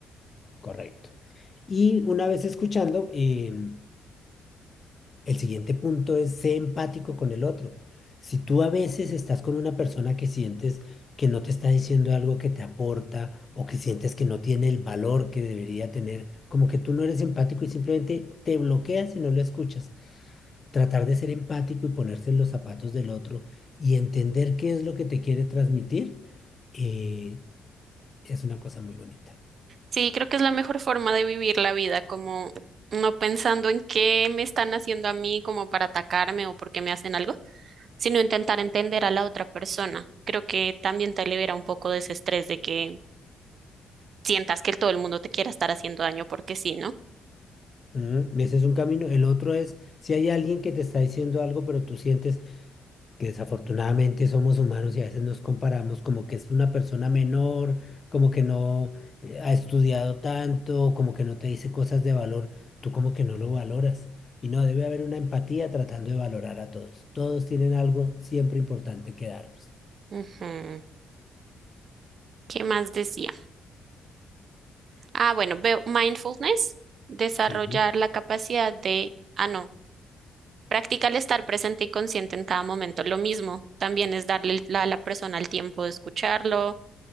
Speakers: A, on the left (about 35°); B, on the right (about 55°).
A: Correcto. Y una vez escuchando, em, El siguiente punto es ser empático con el otro. Si tú a veces estás con una persona que sientes que no te está diciendo algo que te aporta o que sientes que no tiene el valor que debería tener, como que tú no eres empático y simplemente te bloqueas y no lo escuchas. Tratar de ser empático y ponerse en los zapatos del otro y entender qué es lo que te quiere transmitir eh, es una cosa muy bonita.
B: Sí, creo que es la mejor forma de vivir la vida, como no pensando en qué me están haciendo a mí como para atacarme o por qué me hacen algo, sino intentar entender a la otra persona. Creo que también te libera un poco de ese estrés de que sientas que todo el mundo te quiera estar haciendo daño porque sí, ¿no?
A: Ujú, Ese es un camino. El otro es si hay alguien que te está diciendo algo, pero tú sientes que desafortunadamente somos humanos y a veces nos comparamos como que es una persona menor, como que no eh, ha estudiado tanto, como que no te dice cosas de valor, tú como que no lo valoras. Y no, debe haber una empatía tratando de valorar a todos. Todos tienen algo siempre importante que darnos.
B: Ujú. ¿Qué más decía? Ah, bueno, veo mindfulness, desarrollar
A: Sí,
B: la capacidad de, ah, no, practicar el estar presente y consciente en cada momento. Lo mismo, también es darle el- la- a la persona el tiempo de escucharlo,